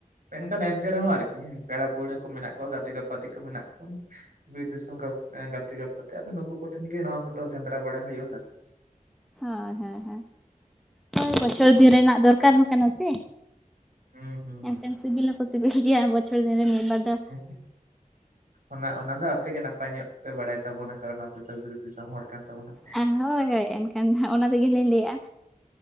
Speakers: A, on the right (about 65°); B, in the centre.
A: ᱢᱮᱱᱠᱷᱟᱱ ᱮᱱᱛᱮ ᱨᱮᱦᱚᱸ ᱟᱨᱠᱤ ᱦᱮᱸ ᱯᱮᱲᱟ ᱯᱟᱹᱲᱦᱟᱹ ᱠᱚ ᱢᱮᱱᱟᱜ ᱠᱚᱣᱟ ᱜᱟᱛᱮ ᱜᱟᱯᱟᱛᱮ ᱠᱚ ᱢᱮᱱᱟᱜ ᱠᱚᱣᱟ, ᱵᱤᱨ ᱫᱤᱥᱚᱢ ᱜᱟᱛᱮ ᱜᱟᱯᱟᱛᱮ ᱟᱫᱚ ᱱᱩᱠᱩ ᱠᱚᱴᱷᱮᱱ ᱜᱮ ᱱᱚᱣᱟ ᱠᱚᱫᱚ ᱥᱮᱸᱫᱽᱨᱟ ᱵᱟᱲᱟ ᱦᱩᱭᱩᱜᱼᱟ ᱟᱨᱠᱤ᱾
B: ᱦᱳᱭ ᱦᱮᱸ ᱦᱮᱸ, ᱦᱳᱭ ᱵᱚᱪᱷᱚᱨ ᱫᱤᱱ ᱨᱮᱱᱟᱜ ᱫᱚᱨᱠᱟᱨ ᱦᱚᱸ ᱠᱟᱱᱟ ᱥᱮ?
A: ᱦᱩᱸ ᱦᱩᱸ
B: ᱮᱱᱠᱷᱟᱱ ᱥᱤᱵᱤᱞ ᱦᱚᱸᱠᱚ ᱥᱤᱵᱤᱞ ᱜᱮᱭᱟ ᱵᱚᱪᱷᱚᱨ ᱫᱤᱱ ᱨᱮ ᱢᱤᱫ ᱵᱟᱨ ᱫᱚ
A: ᱦᱮᱸᱥᱮ ᱚᱱᱟ ᱚᱱᱟ ᱫᱚ ᱟᱯᱮ ᱜᱮ ᱱᱟᱯᱟᱭ ᱧᱚᱜ ᱯᱮ ᱵᱟᱲᱟᱭ ᱛᱟᱵᱚᱱᱟ ᱠᱟᱨᱚᱱ ᱟᱯᱮ ᱫᱚ ᱵᱤᱨ ᱫᱤᱥᱚᱢ ᱦᱚᱲ ᱠᱟᱱ ᱛᱟᱵᱚᱱᱟᱯᱮ᱾
B: ᱦᱮᱸ ᱦᱳᱭ ᱦᱳᱭ ᱮᱱᱠᱷᱟᱱ ᱚᱱᱟ ᱛᱮᱜᱮᱞᱤᱧ ᱞᱟᱹᱭᱮᱜᱼᱟ